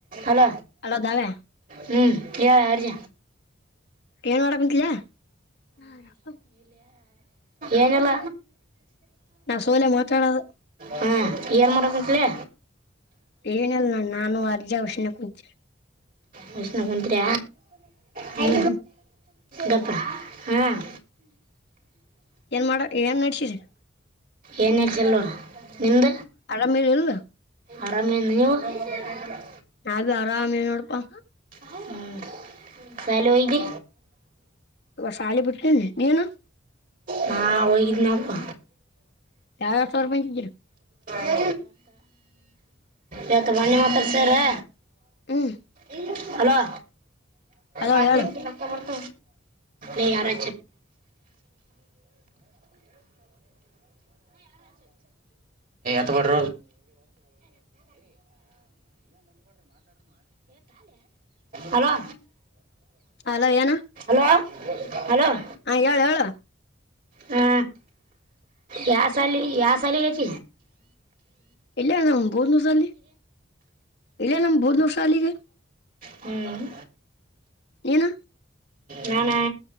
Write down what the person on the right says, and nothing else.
ಅಲ
ಾ ಹ್ಞೂ ಕ ಹಲ ಹ ರಜ
ಏನಲ್ಲ
ಹಾ ಇಯರ್ ಮಾಡರಕಲೆ
ಮಷಿನಂದ್ರ ಹ
ಗಪ್ಪರ ಹ್ಮ್
ಏನ್ ಹೇಳ್ಸಲ್ಲೋರು ನಿ್ದ
ಆರಾಮೇ ನೀವು ಹ
ಹ್ಮ ಸಾಲೋಯಗೆ
ಹಾ ಒಗಿನಪ್ಪ
ಯ ಯತ ಬರ್ಣ ಮಾತ ಸೇರೆ
ಇ ಅಲೋ
ಮತ್ತು
ಹಕ್ಕ ಬರ್ತ ಯಾರ ಮಾತಾ ಹಲೋ
ಹಲೋ ಹ್ಣ <unintelligible>
ಹಾ ಯ ಸಲಿ ಯ ಸಲಿಗಚ
ಹ್ಮ್
ನಾನ